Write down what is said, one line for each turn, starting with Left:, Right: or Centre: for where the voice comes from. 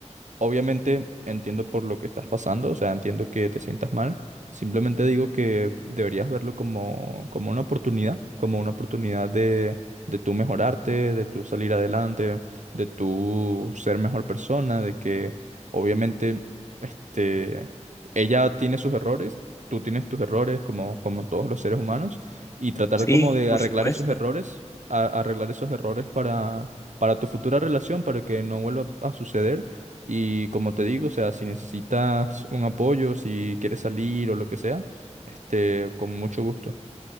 Right: Obviamente entiendo por lo que estás pasando, o sea, entiendo que te sientas mal. Simplemente digo que deberías verlo como, como una oportunidad, como una oportunidad de, de tú mejorarte, de tú salir adelante, de tú ser mejor persona, de que obviamente este, ella tiene sus errores, tú tienes tus errores como, como todos los seres humanos y tratar
Left: Sí,
Right: como de
Left: por
Right: arreglar
Left: supuesto.
Right: esos errores, a- arreglar esos errores para, para tu futura relación, para que no vuelva a suceder y como te digo, o sea, si necesitas un apoyo, si quieres salir o lo que sea, este, con mucho gusto.